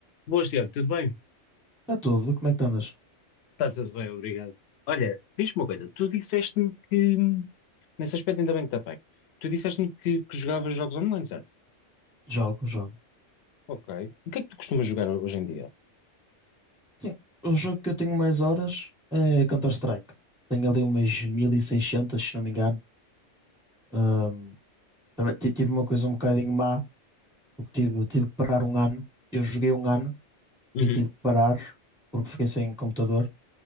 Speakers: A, on the left (about 65°); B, in the centre.
A: Boas, Tiago, tudo bem?
B: Está tudo, como é que tu andas?
A: Está tudo bem, obrigado. Olha, diz-me uma coisa, tu disseste-me que, nesse aspecto ainda bem que está bem, tu disseste-me que, que jogavas jogos online, certo?
B: Jogo, jogo.
A: Ok. O que é que tu costumas jogar hoje em dia?
B: Sim, o jogo que eu tenho mais horas é Counter-Strike. Tenho ali umas 1600 se não me engano. Ahm, também ti- tive uma coisa um bocadinho má, porque tive, tive que parar um ano. Eu joguei um ano
A: Uhum,
B: e tive que parar porque fiquei sem computador